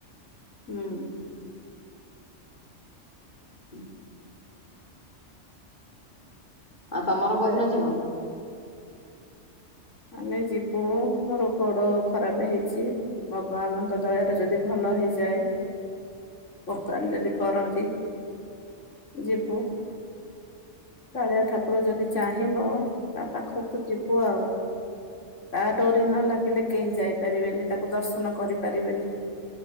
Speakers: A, on the left (about 80°); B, on the left (about 35°).
A: ହୁଁ,
B: ହୁଁ, ଆଉ ତମର କୋଉଦିନ
A: ଯେ
B: ଯିବ?
A: ଆମେ ଯିବୁ ମୋର ଗୋଡ ଖରାପ ହେଇଛି ଭଗବାନଙ୍କ ଦୟାରେ ଯଦି ଭଲ ଭଲ ହେଇଯାଏ ଭଗବାନ ଯଦି କରନ୍ତି ଯିବୁ। କାଳିଆ ଠାକୁର ଯଦି ଚାହିଁବ ତା ପାଖକୁ ଯିବୁ ଆଉ। ତା ଡୋରି ନ ଲାଗିଲେ କେହି ଯାଇପାରିବେନି ତାକୁ ଦର୍ଶନ କରିପାରିବେନି।